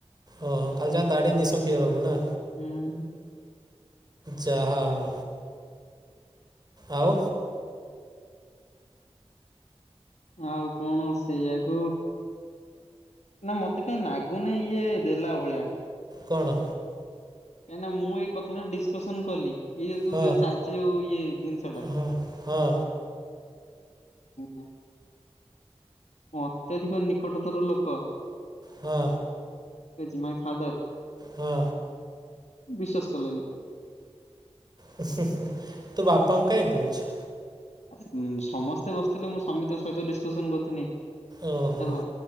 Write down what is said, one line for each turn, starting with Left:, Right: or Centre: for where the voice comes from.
Right: ଓହୋ ଖାଲି ଯା ଦାଢି ନିସ ଖିଅର ହବୁ ନା?
Left: ହଁ।
Right: ଯାହା ହଉ। ଆଉ
Left: ଆଉ କଣ ସେଇଆକୁ ନା ମତେ କାହିଁ ନାଗୁନି ଇଏ ଦେଲା ଭଳିଆ
Right: କଣ?
Left: କାହିଁକିନା, ମୁଁ ଏଇ କଥାଟା ଡିସକସନ କଲି। ଏଇ <unintelligible> ତୁ
Right: ହଁ
Left: ଯୋଉ, ଚାଲଚି ଯୋଉ ଇଏ ଜିନିଷ ଟା
Right: ହଁ ହଁ
Left: <unintelligible> ଅତ୍ୟଧିକ ନିକଟତର ଲୋକ।
Right: ହଁ।
Left: His my father.
Right: ହଁ।
Left: ବିଶ୍ୱାସ କଲେନି?
Right: ହୁଁ ହୁଁ ହୁଁ ତୁ ବାପାଙ୍କୁ କାଇଁ କହୁଛୁ?
Left: ଆରେ ହୁଁ ସମସ୍ତ ବସିଥିଲେ ମୁଁ ସମୀ ସହିତ ଡିସ ଶୋଷଣ କରୁଥିଲି।
Right: ଓହୋ
Left: ହେଲା